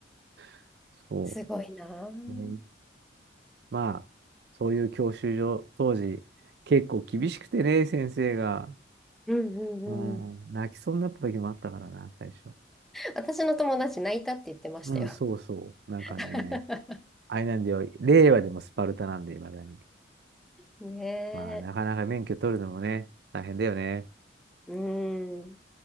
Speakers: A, on the right; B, in the centre.
A: <laughs> そ
B: すごいなー。うん
A: う。ねまあ、そういう教習所、当時、結構厳しくてね、先生が。
B: うんうん。
A: うん、泣きそうになった時もあったからな、最初。
B: 私の友達泣いたって言ってましたよ。
A: うん、そうそう。なんかね、
B: <laughs>
A: あれなんだよ、令和でもスパルタなんで、いまだに。
B: ねえ。
A: まあ、なかなか免許取るのもね、大変だよね。
B: うーん。